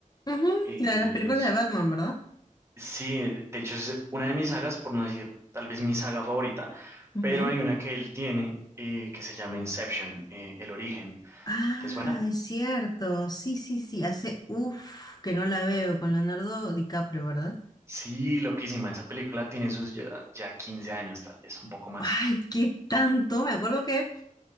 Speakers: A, on the left; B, on the right.
A: Ujú,
B: Eh,
A: La de las películas de Batman, ¿verdad?
B: sí, de hecho es una de mis sagas, por no decir tal vez mi saga favorita,
A: Ujú.
B: pero hay una que él tiene eh, que se llama Inception, eh, El Origen.
A: Ah,
B: ¿Te suena?
A: es cierto, sí, sí, sí, hace uff que no la veo con Leonardo DiCaprio, ¿verdad?
B: Sí, loquísima. Esa película tiene sus ya, ya 15 años, tal vez, un poco más.
A: Ay, qué tanto, me acuerdo que